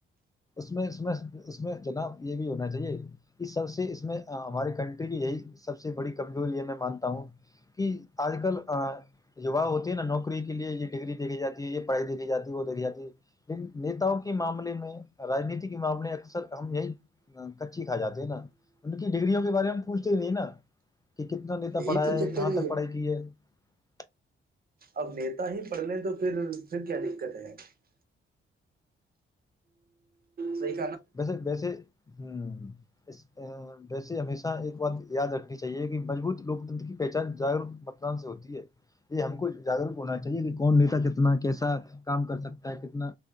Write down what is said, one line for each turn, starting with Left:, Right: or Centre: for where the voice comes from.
Left: اس میں اس میں اس میں <unintelligible> جناب یہ بھی ہونا چاہیے اس سب سے اس میں ہماری کنٹری کی یہی <unintelligible> سب سے بڑی کمزور یہ میں مانتا ہوں کہ آج کل <unintelligible> یہ و ہوتی ہے نا نوکری کے لیے یہ <unintelligible> ڈگری د دی جاتی ہے یہ <unintelligible> پڑھائی دیکھی جاتی ہے وہ دیکھی جاتی ہے لیکن نیتاؤ کے معاملے میں <unintelligible> رانیتی کے معاملے اکثر ہم یہی کچی کھا جاتے ہیں نا ان کی ڈگریوں کے بارے میں ہم پوچھتے نہیں نا <unintelligible> کہ کتنا نیتا
Right: یہی
Left: پڑھایا
Right: تو چکر
Left: ہے کہاں
Right: ہی
Left: تک پڑھائی کی ہے <unintelligible>
Right: اب نیتا ہی پڑھ لیں تو پھر پھر کیا دقت ہے <unintelligible> س <unintelligible>
Left: ویسے ویسے ہ <unintelligible> ویسے ہمیشہ ایک بات یاد رکھنی چاہیے کہ مجبوط لوکتنت کی پہچان جاگروک متدان سے ہوتی ہے یہ ہم کو جاگروک ہونا چاہیے کہ کون نتا کتنا کیسا کام کر سکتا ہے کتنا